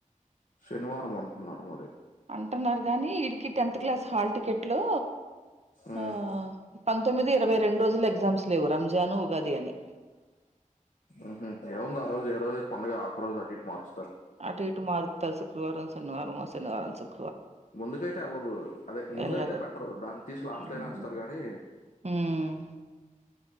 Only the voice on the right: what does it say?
అంటన్నారు కానీ ఇడికి టెన్త్ క్లాస్ హాల్ టికెట్ లో
ఆ పంతొమ్మిది ఇరవై రెండు రోజులు ఎగ్జామ్స్ లేవు రంజాన్ ఉగాది అని
అటు ఇటు మారు శుక్రవారం శనివారమ శనివారం స
వెళ్ళదు
ఉమ్
ఉమ్,